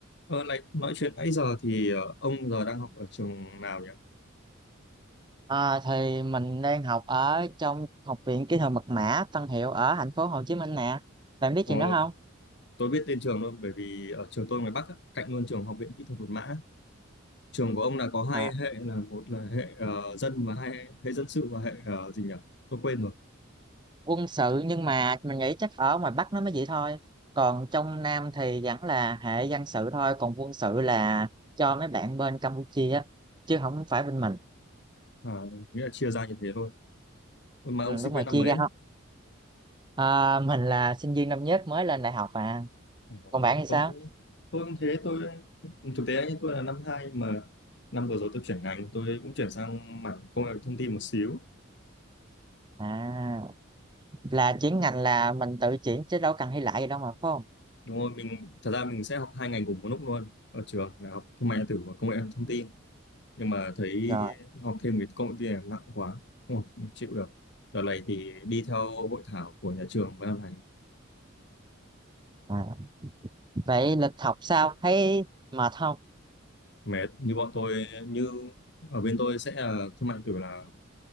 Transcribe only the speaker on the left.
Ờ, này, nói chuyện nãy giờ thì ờ, ông giờ đang học ở trường nào nhỉ?
Ồ,
tôi biết tên trường luôn bởi vì ở trường tôi ngoài Bắc á, cạnh luôn trường Học viện Kỹ thuật Một Mã. Trường của ông là có
hai hệ là một là hệ ờ, dân và hai hệ dân sự và hệ ờ, gì nhỉ? Tôi quên rồi.
À, nghĩa là chia ra như thế thôi. Mà
ông sinh
viên
năm
mấy?
ấy?
Ờ,
Tôi
cũng tôi cũng thế, tôi thực tế nhé, tôi là năm hai mà năm vừa rồi tôi chuyển ngành, tôi cũng chuyển sang mảng công nghệ thông tin một xíu.
Đúng rồi, mình thật ra mình sẽ học hai ngành cùng một lúc luôn ở trường là học thương mại điện tử và công nghệ thông tin nhưng mà thấy
học thêm cái công nghệ thông tin này nặng quá không học không chịu được đợt này thì đi theo hội thảo của nhà trường với này
mệt như bọn tôi như ở bên tôi sẽ là thương mại điện tử là